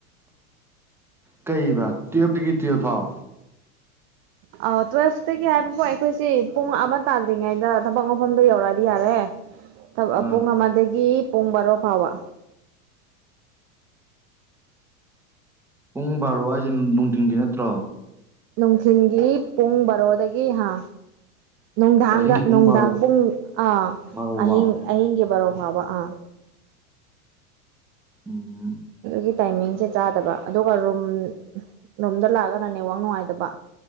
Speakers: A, in the centre; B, on the right (about 30°).
A: ꯀꯩꯕ ꯇꯨꯌꯦꯜꯐ ꯇꯥꯒꯤ ꯇꯨꯌꯦꯜꯐ ꯐꯥꯎ꯫
B: ꯍ꯫ ꯇꯨꯌꯦꯜꯐꯇꯒꯤ ꯍꯥꯏꯕꯕꯨ ꯑꯩꯈꯣꯏꯁꯤ ꯄꯨꯡ ꯑꯃ ꯇꯥꯗ꯭ꯔꯤꯉꯩꯗ ꯊꯕꯛ ꯃꯐꯝꯗ ꯌꯧꯔꯛꯑꯗꯤ ꯌꯥꯔꯦ꯫ ꯊꯕꯛ
A: ꯑꯥ
B: ꯄꯨꯡ ꯑꯃꯗꯒꯤ ꯄꯨꯡ ꯕꯥꯔꯣ ꯐꯥꯎꯕ꯫
A: ꯄꯨꯡ ꯕꯥꯔꯣ ꯍꯥꯏꯁꯦ ꯅꯨꯡꯊꯤꯟꯒꯤ ꯅꯠꯇ꯭ꯔꯣ꯫
B: ꯅꯨꯡꯊꯤꯟꯒꯤ ꯄꯨꯡ ꯕꯥꯔꯣꯗꯒꯤ ꯍꯥ꯫ ꯅꯨꯡꯗꯥꯡꯗ
A: ꯑꯍꯤꯡꯒꯤ ꯄꯨꯡ
B: ꯅꯨꯡꯗꯥꯡ
A: ꯕꯥꯔꯣ
B: ꯄꯨꯡ ꯑꯥ
A: ꯕꯥꯔꯣꯕꯥꯎ
B: ꯑꯍꯤꯡ ꯑꯍꯤꯡꯒꯤ ꯕꯥꯔꯣ ꯐꯥꯎꯕ ꯑꯥ꯫
A: ꯎꯝ꯫
B: ꯒꯤ ꯇꯥꯏꯃꯤꯡꯁꯦ ꯆꯥꯗꯕ ꯑꯗꯨꯒ ꯔꯨꯝ ꯔꯨꯝꯗ ꯂꯥꯛꯑꯒꯅ ꯅꯦꯠꯋꯥꯛ ꯅꯨꯡꯉꯥꯏꯇꯕ꯫